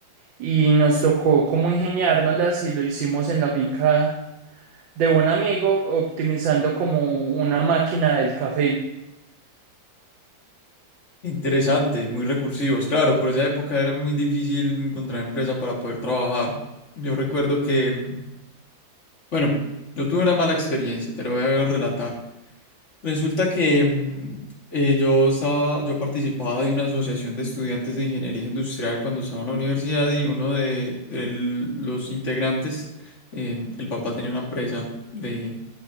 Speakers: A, on the right; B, on the left.
A: Y nos tocó como ingeniárnoslas y lo hicimos en la finca de un amigo optimizando como una máquina del café.
B: Interesante, muy recursivos. Claro, por esa época era muy difícil encontrar empresa para poder trabajar. Yo recuerdo que, mm, bueno, yo tuve una mala experiencia, te lo voy a relatar. Resulta que mm, eh, yo estaba, yo participaba de una asociación de estudiantes de ingeniería industrial cuando estaba en la universidad y uno de, de los integrantes, eh, el papá tenía una empresa de,